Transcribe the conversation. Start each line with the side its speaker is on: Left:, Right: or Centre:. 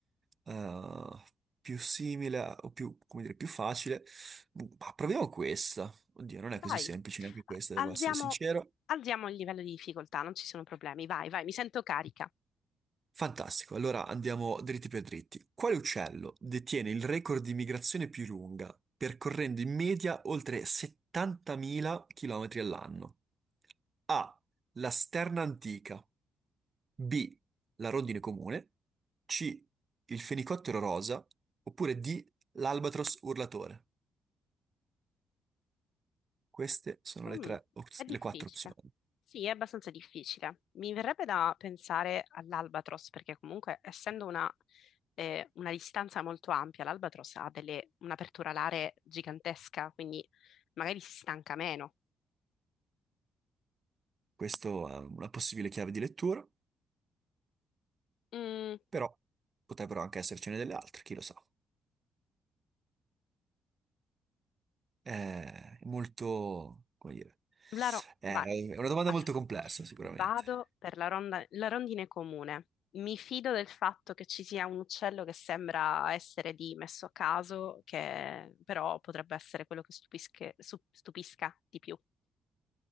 Right: eh, più simile a- o più, come dire, più facile. Ma proviamo questa. Oddio, non
Left: vai.
Right: è così semplice neanche
Left: A-
Right: questa,
Left: Alziamo,
Right: devo essere sincero.
Left: alziamo il livello di difficoltà, non ci sono problemi. Vai, vai, mi sento carica.
Right: Fantastico, allora andiamo dritti per dritti. Quale uccello detiene il record di migrazione più lunga, percorrendo in media oltre 70.000 km all'anno? A. La sterna antica. B. La rondine comune. C. Il fenicottero rosa. Oppure D. L'albatros urlatore. Queste sono le
Left: Mm,
Right: tre, op-
Left: è difficile.
Right: le quattro opzioni.
Left: Sì, è abbastanza difficile. Mi verrebbe da pensare all'Albatros, perché comunque, essendo una, eh, una distanza molto ampia, l'Albatros ha delle- un'apertura alare gigantesca, quindi magari si stanca meno.
Right: Questo è una possibile chiave di lettura,
Left: Mm,
Right: però potrebbero anche essercene delle altre, chi lo sa. È molto, come dire,
Left: La ro-
Right: è
Left: vai.
Right: è una domanda
Left: Allora,
Right: molto complessa, sicuramente.
Left: vado per la ronda- la rondine comune. Mi fido del fatto che ci sia un uccello che sembra essere di messo a caso, che però potrebbe essere quello che stupisca, su- stupisca di più.